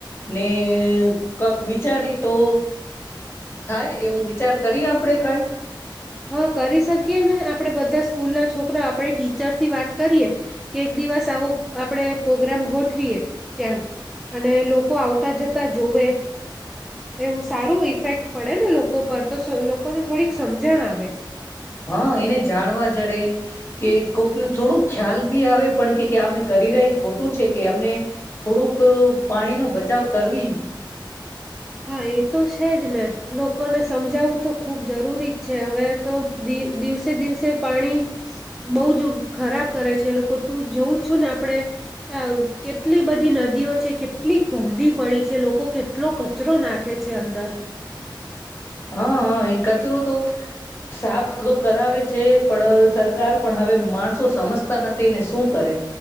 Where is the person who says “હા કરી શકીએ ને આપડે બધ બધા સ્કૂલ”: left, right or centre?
Centre